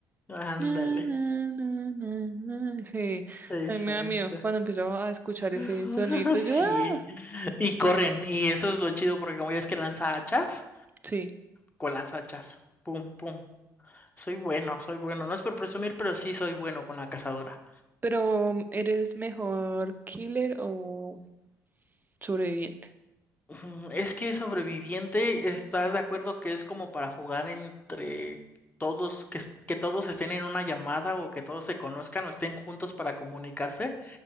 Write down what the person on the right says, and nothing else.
na, na, na, na, na. Sí,
a mí me da miedo cuando empiezo a escuchar
ese sonidito.
Yo, ah,
sí.
Pero, mm, ¿eres mejor killer o sobreviviente?